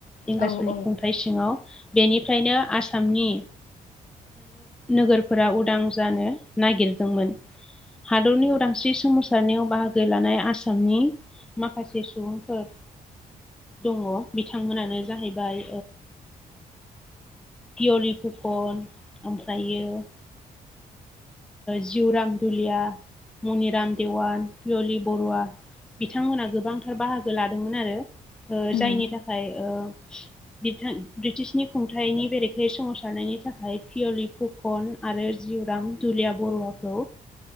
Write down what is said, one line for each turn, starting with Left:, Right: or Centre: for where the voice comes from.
Centre: इंराजफोरनि
Left: औ औ
Centre: खुंथायाइ सिङाव बेनिफ्रायनो आसामनि नोगोरफोरा उदां जानो नागिरदोंमोन। हादरनि उदांस्रि सोमावसारनायाव बाहागो लानाय आसामनि माखासे सुबुंफोर दङ बिथांमोनानो जाहैबाय पियलि फुखन ओमफ्रायो। जिउ राम दुलिया मनिराम देवान पियलि बरुवा बिथांमोनहा गोबांथार बाहागो लादोंमोन आरो
Left: उम
Centre: जायनि थाखाय ओ ब्रिटिशनि खुंथाइनि बेरेखायै सोमावसारनायनि थाखाय पियलिफु खन आरो जिउराम दुुलिया बर'वखौ